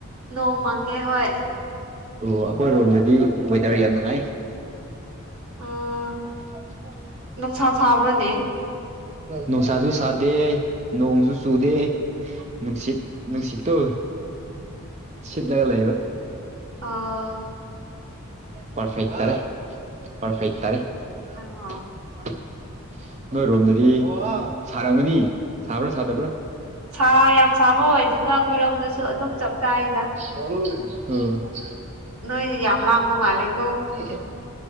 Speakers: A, on the right; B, on the right.
A: ꯅꯣꯡ ꯃꯪꯡꯉꯦ ꯍꯣꯏ
B: ꯑꯣ ꯑꯩꯈꯣꯏ ꯔꯣꯝꯗꯗꯤ ꯋꯦꯗꯔ ꯌꯥꯝ ꯅꯨꯡꯉꯥꯏ
A: ꯑ
B: ꯑꯣ ꯐꯩꯏ
A: ꯁꯥ ꯁꯥꯕ꯭ꯔꯅꯦ
B: ꯅꯨꯡꯁꯥꯁꯨ ꯁꯥꯗꯦ ꯅꯣꯡꯁꯨ ꯆꯨꯗꯦ ꯅꯨꯡꯁꯤꯠ ꯅꯨꯡꯁꯤꯠꯇꯨ ꯁꯤꯠꯂꯒ ꯂꯩꯕ
A: ꯑꯥ
B: ꯄꯔꯐꯦ ꯇꯥꯔꯦ ꯄꯔꯐꯦꯛ ꯇꯥꯔꯦ <unintelligible>
A: ꯑꯣ
B: ꯅꯣꯏ ꯔꯣꯝꯗꯗꯤ ꯁꯥꯔꯝꯒꯅꯤ ꯁꯥꯕ꯭ꯔꯥ ꯁꯥꯗꯕ꯭ꯔꯥ
A: ꯁꯥ ꯌꯥꯝ ꯁꯥꯕ ꯑꯣꯏꯗꯦꯗ ꯑꯩꯈꯣꯏꯔꯣꯝꯗꯁꯨ ꯑꯗꯨꯝ ꯆꯞ ꯆꯥꯗ
B: ꯍ
A: ꯅꯣꯏ ꯌꯥꯝ ꯂꯥꯡꯕ ꯃꯥꯂꯤꯀꫭ
B: ꯏꯗ